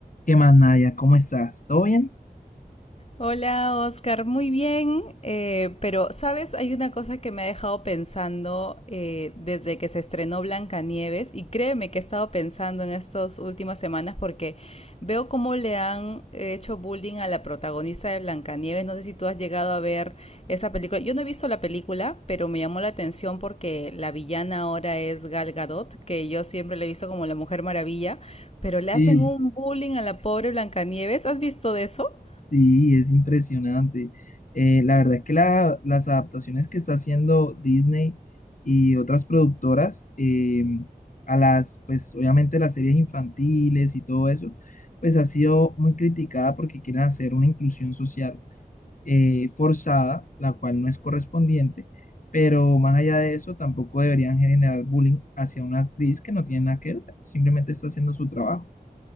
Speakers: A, on the left (about 55°); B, on the left (about 40°).
A: ¿Qué más, Nadia? ¿Cómo estás? ¿Todo bien?
B: Hola Oscar, muy bien, eh, pero sabes, hay una cosa que me ha dejado pensando eh, desde que se estrenó Blancanieves y créeme que he estado pensando en estas últimas semanas porque veo cómo le han hecho bullying a la protagonista de Blancanieves. No sé si tú has llegado a ver esa película. Yo no he visto la película, pero me llamó la atención porque la villana ahora es Gal Gadot, que yo siempre la he visto como la Mujer Maravilla, pero
A: Sí,
B: le hacen un bullying a la pobre Blancanieves. ¿Has visto de eso?
A: sí, es impresionante. Eh, la verdad es que la- las adaptaciones que está haciendo Disney y otras productoras eh, a las, pues obviamente las series infantiles y todo eso, pues ha sido muy criticada porque quieren hacer una inclusión social eh, forzada, la cual no es correspondiente, pero más allá de eso, tampoco deberían generar bullying hacia una actriz que no tiene nada que ver, simplemente está haciendo su trabajo.